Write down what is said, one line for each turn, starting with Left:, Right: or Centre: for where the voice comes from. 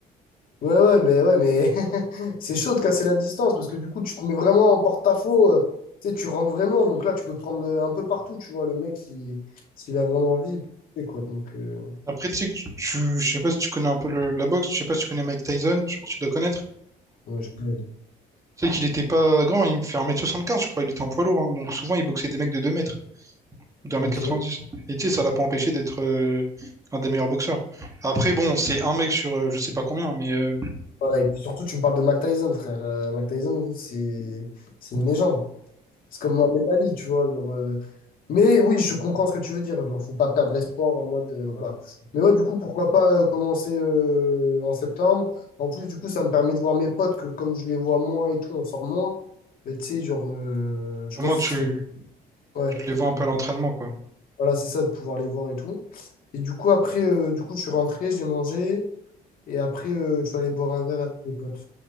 Left: Ouais, ouais, mais, ouais, mais <laughs> c'est chaud de casser la distance parce que du coup, tu te mets vraiment en porte-à-faux. euh, tu sais, tu rentres vraiment. Donc là, tu peux prendre euh, un peu partout, tu vois. Le mec, il- s'il a vraiment envie, il peut tester, quoi. Donc, euh,
Right: Après, tu sais que tu, tu- je sais pas si tu connais un peu le- la boxe, je sais pas si tu connais Mike Tyson, je pense que tu dois connaître.
Left: ouais, je- ouais,
Right: Tu sais qu'il était pas grand, il me fait un mètre soixante-quinze, je crois, il était en poids lourd, hein. donc souvent il boxait des mecs de 2 mètres ou d'un
Left: ok.
Right: mètre 90. Et tu sais, ça l'a pas empêché d'être euh, un des meilleurs boxeurs. Après, bon, c'est un mec sur euh, je sais pas combien, mais euh,
Left: Voilà, et puis surtout, tu me parles de Mike Tyson, frère. Euh, Mike Tyson, c'est c'est une légende. C'est comme Mohamed Italie tu vois. Genre, euh, Mais oui, je comprends ce que tu veux dire. Genre, faut pas perdre espoir en mode. euh, voilà. Mais ouais, du coup, pourquoi pas euh, commencer euh, en septembre? En plus, du coup, ça me permet de voir mes potes que comme je les vois moins et tout, on sort moins. Mais tu sais, genre, euh, je
Right: au
Left: pense
Right: moins
Left: que
Right: tu,
Left: ce serait. Ouais.
Right: tu les vois un peu
Left: Donc,
Right: à l'entraînement, quoi.
Left: Voilà, c'est ça, de pouvoir les voir et tout. Et du coup, après, euh, du coup, je suis rentré, j'ai mangé. Et après, euh, je suis allé boire un verre avec mes potes.